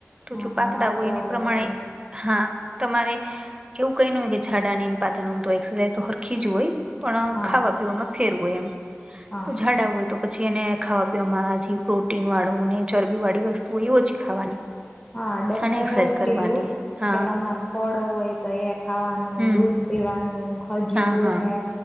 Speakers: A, on the right; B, on the left.
A: તો
B: હા
A: જો પાતળ
B: માફિયા
A: હોુંય એને
B: હોવા
A: પ્રમાણે
B: જોઈએ
A: હા તમારે એવું કઈ ન હોય કે જાડાની પાત્ર નમ તો એક્સરસાઇઝ તો સરરખી જ હોય પણ
B: હા
A: ખાવા પીમાં ફેરવું હોય એમ
B: હા
A: ઝાડા હોય તો પછી એને ખાવા પીવાવામાં પ્રોટીન વાળું ને ચરબી વાળી વસ્તુ હો એ પછી ખાવાની
B: હા ડોક્ટરે
A: અને એક્સરસાઇઝ
B: એવું જ
A: કરવાની
B: કીધું
A: હા
B: કે તમાર ફળો હોય તો એ ખાવાનું
A: હમ
B: દૂધ પીવાનું ખજૂર
A: હા હા
B: ને